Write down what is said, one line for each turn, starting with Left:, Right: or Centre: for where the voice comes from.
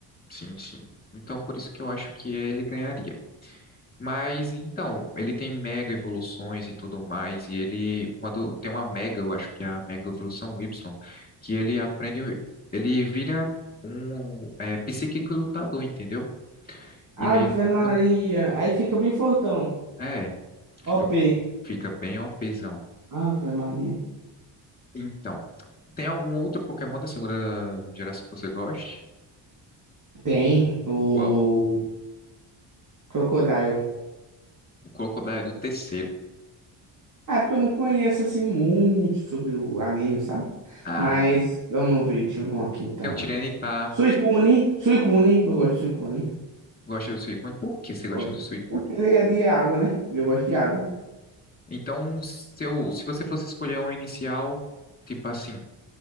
Left: sim, sim. Então, por isso que eu acho que ele ganharia. Mas então, ele tem mega evoluções e tudo mais, e ele, quando tem uma mega, eu acho que é a mega evolução Y, que ele aprende, ele vira um é, psíquico lutador, entendeu?
Right: Ave
Left: E aí ele fica,
Right: Maria, aí fica bem fortão.
Left: é,
Right: OP.
Left: fica, bem- fica bem OPzão.
Right: Ave Maria.
Left: Então, tem algum outro Pokémon da segunda geração que você goste?
Right: Tem o
Left: Qual?
Right: Crocodile.
Left: O Crocodile é do terceiro.
Right: Ah, é porque eu não conheço assim muito sobre o anime, sabe?
Left: Ah,
Right: Mas
Left: entendi.
Right: vamos ver, deixa eu ver um aqui então.
Left: Tem o Tyranitar,
Right: Suicune, Suicune, eu gosto de Suicune.
Left: gosta do Suicune. Por que você gosta
Right: Gosto.
Left: do Suicune?
Right: Porque ele é de água, né? E eu gosto de água.
Left: Então, se eu, se você fosse escolher um inicial, tipo assim,